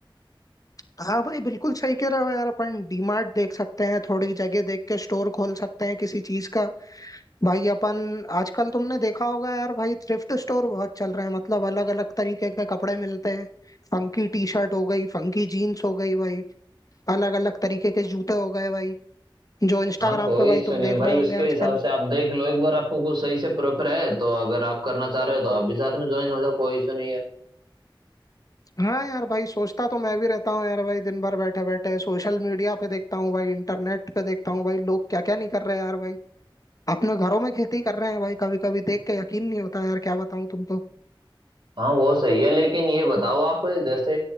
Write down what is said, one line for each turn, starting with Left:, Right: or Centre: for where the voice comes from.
Left: हाँ भाई बिल्कुल सही कह रहे हो यार अपन डीमार्ट देख सकते हैं थोड़ी जगह देख के स्टोर खोल सकते हैं किसी चीज का भाई अपन आजकल तुमने देखा होगा यार भाई थ्रिफ्ट स्टोर बहुत चल रहे हैं मतलब अलग अलग तरीके के कपड़े मिलते हैं फंकी टी शर्ट हो गई फंकी जीन्स हो गई भाई अलग अलग तरीके के जूते हो गए भाई जो इंस्टाग्राम
Right: हाँ कोई
Left: पे भाई
Right: इश्यू
Left: तुम
Right: नहीं
Left: देख
Right: भाई
Left: रहे होंगे
Right: उसके
Left: आजकल
Right: हिसाब से आप देख लो एक बार आपको कुछ सही से प्रेफर है तो अगर आप करना चाह रहे हो तो आप भी साथ में ज्वाइन हो जाओ कोई इश्यू नहीं है
Left: हाँ यार भाई सोचता तो मैं भी रहता हूँ यार भाई दिन भर बैठे बैठे सोशल मीडिया पे देखता हूँ भाई इंटरनेट पे देखता हूँ भाई लोग क्या क्या नहीं कर रहे हैं यार भाई अपने घरों में खेती कर रहे हैं भाई कभी कभी देख के यकीन नहीं होता यार क्या बताऊँ तुमको
Right: हाँ वो सही है लेकिन ये बताओ आप जैसे